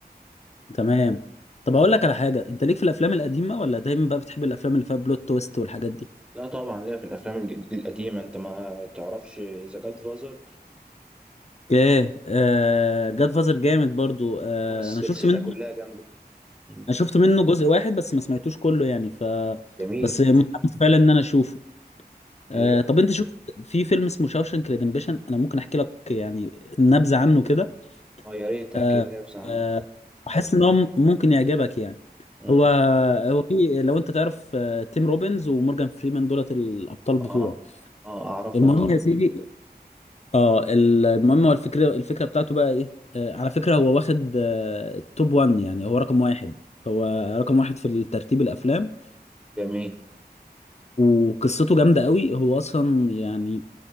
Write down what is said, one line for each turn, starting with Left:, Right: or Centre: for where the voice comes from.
Left: تمام طب اقول لك على حاجة انت ليك في الافلام القديمة ولا دايما بقى بتحب الافلام اللي فيها بلوت تويست والحاجات دي
Centre: لا طبعا ليا في الافلام الج- القديمه انت ما تعرفش ذا جاد فازر
Left: اوكي آه جاد فازر جامد برضو آه
Centre: السلسله
Left: انا شفت منه
Centre: كلها جامده مم.
Left: انا شفت منه جزء واحد بس ما سمعتوش كله يعني ف
Centre: جميل
Left: بس متحمس فعلا ان انا اشوفه آه
Centre: ايوه
Left: طب انت شفت في فيلم اسمه شاوشانك ريدمبشن انا ممكن احكي لك يعني نبذة عنه كده
Centre: اه يا ريت تحكي
Left: آه
Centre: لنا بس عنه
Left: آه احس ان هو م- ممكن يعجبك يعني
Centre: مم.
Left: هو هو في لو انت تعرف آه، تيم روبنز ومورجان فريمان دولت الابطال بتوعه
Centre: اه اه اعرفهم
Left: المهم
Centre: طبعا
Left: اه يا سيدي اه ال- المهم هو الفكرة الفكرة بتاعته بقى ايه آه على فكرة هو واخد آه التوب 1 يعني هو رقم واحد هو رقم واحد في ترتيب الافلام
Centre: جميل
Left: وقصته جامدة قوي هو اصلا يعني